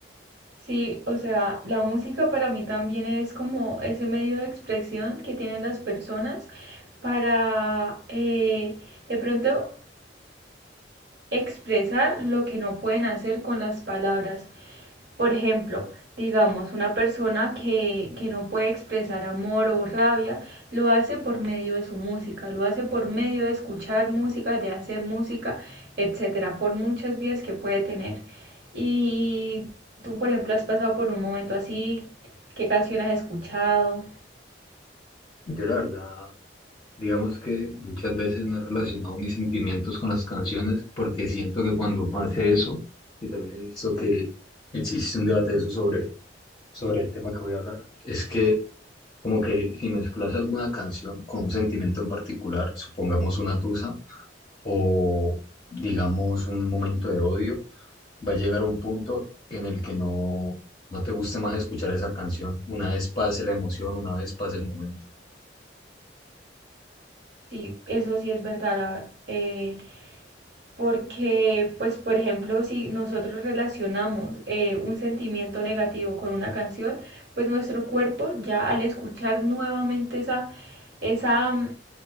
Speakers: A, on the right; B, on the left.
A: Sí, o sea, la música para mí también es como ese medio de expresión que tienen las personas para eh, de pronto expresar lo que no pueden hacer con las palabras. Por ejemplo, digamos, una persona que, que no puede expresar amor o rabia, lo hace por medio de su música, lo hace por medio de escuchar música, de hacer música, etcétera, por muchas vías que puede tener. Y tú, por ejemplo, has pasado por un momento así, ¿qué canción has escuchado?
B: Yo la verdad, digamos que muchas veces no he relacionado mis sentimientos con las canciones porque siento que cuando uno hace eso, y también he visto que existe un debate de eso sobre, sobre el tema que voy a hablar, es que como que si mezclas alguna canción con un sentimiento en particular, supongamos una tusa o digamos un momento de odio, va a llegar un punto en el que no, no te guste más escuchar esa canción. Una vez pase la emoción, una vez pase el momento.
A: Sí, eso sí es verdad. la- eh, Porque, pues, por ejemplo, si nosotros relacionamos eh, un sentimiento negativo con una canción, pues nuestro cuerpo ya al escuchar nuevamente esa, esa, mm,